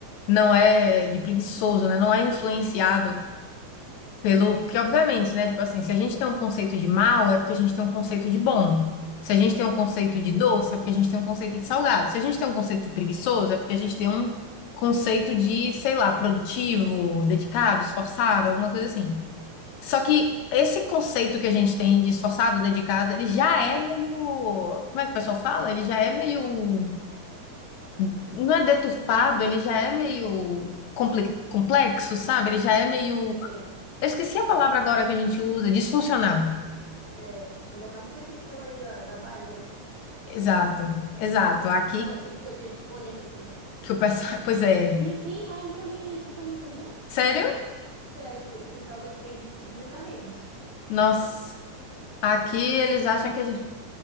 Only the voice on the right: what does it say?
Sim,
eu sei.
É, ainda mais tem a questão aí ó, da Bahia, né?
<laughs>
Aquela questão que a gente conhece, né?
E tem lá em Belém isso também, sabia?
Sério, que o pessoal pensa que a gente vive na rede.